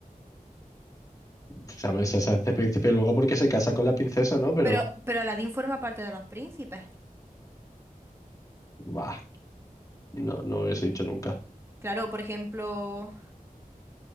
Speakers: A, on the left (about 25°); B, on the right (about 15°).
A: Pues, a ver, se hace príncipe luego porque se casa con la princesa, ¿no? Pero,
B: Pero, pero Aladín forma parte de los príncipes.
A: bah, no, no lo hubiese dicho nunca.
B: Claro, por ejemplo,